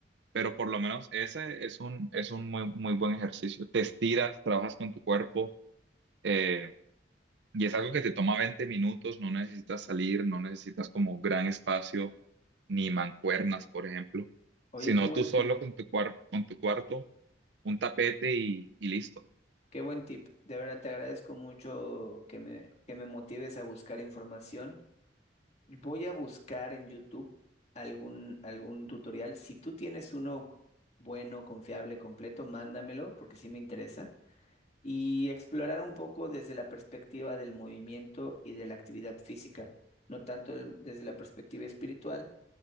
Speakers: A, on the right; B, on the left.
A: pero por lo menos ese es un, es un muy, muy buen ejercicio. Te estiras, trabajas con tu cuerpo eh, y es algo que te toma 20 minutos, no necesitas salir, no necesitas como gran espacio ni mancuernas, por ejemplo,
B: Oye,
A: sino
B: qué buen
A: tú solo
B: tip,
A: con tu, cuar- con tu cuarto, un tapete y, y listo.
B: qué buen tip. De verdad te agradezco mucho que me, que me motives a buscar información. Voy a buscar en YouTube algún, algún tutorial. Si tú tienes uno bueno, confiable, completo, mándamelo porque sí me interesa. Y explorar un poco desde la perspectiva del movimiento y de la actividad física, no tanto el- desde la perspectiva espiritual.